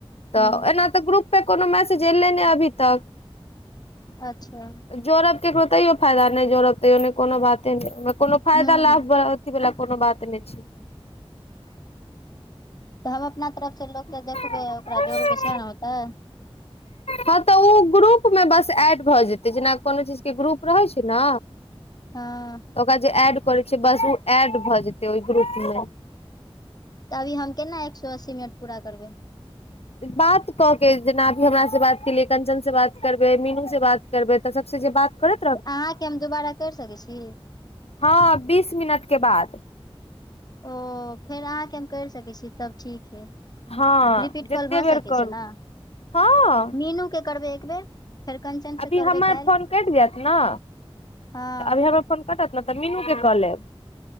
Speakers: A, on the left; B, on the left.
A: हूँ
B: तऽ एना तऽ ग्रुप प कोनो मैसेज ऐले नय अभी तक
A: अच्छा
B: जोड़ब ककरो तैयो फायदा नहि जोड़ब तैयो नइ कोनो बाते नहि कोनो फायदा
A: हूँ
B: लाभ अथि वाला कोनो बात नइ छै।
A: तऽ हम अपना तरफ से लोकके देखबै
B: छै
A: ओकरा जोड़बै सेह ने होतै।
B: हँ तऽ ओ ग्रुपमे बस ऐड भऽ जेतै जेना कोनो चीज के ग्रुप रहै छैय ने
A: हँ।
B: तऽ ओकरा जे एड करे छैय बस ओ एड भऽ जेते ओहि ग्रुपमे।
A: तऽ अभी हम केना एक सए अस्सी मिनट पूरा करबै।
B: बात कऽ के जेना अभी हमरासँ बात केलियै कंचन सँ बात करबै, मीनूसँ बात करबै तऽ सभसँ जे बात करत
A: आहाँके हम दुबारा करि सकैत छी।
B: हँ बीस मिनटके बाद।
A: ओ। फेर अहाँके हम कैर सकै छी तब ठीक अइ।
B: हँ
A: रिपीट
B: जते
A: कॉल भऽ
B: बेर
A: सकै
B: करू
A: छैय ने।
B: हँ
A: मीनूके करबै एकबेर फेर कंचन सँ
B: अभी
A: करबै
B: हमर
A: काल्हि।
B: फोन कटि जायत ने
A: हँ
B: तऽ अभी हमर फोन कटत ने तऽ मीनूके कऽ लेब।